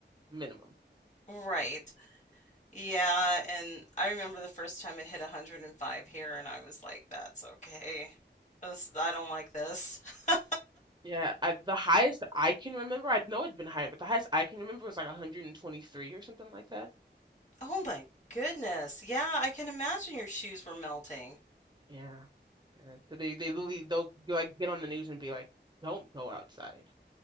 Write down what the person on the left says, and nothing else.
Right. Yeah, and I remember the first time it hit 105 here and I was like, that's okay. This, I don't like this. <laughs>
Oh my goodness. Yeah, I can imagine your shoes were melting.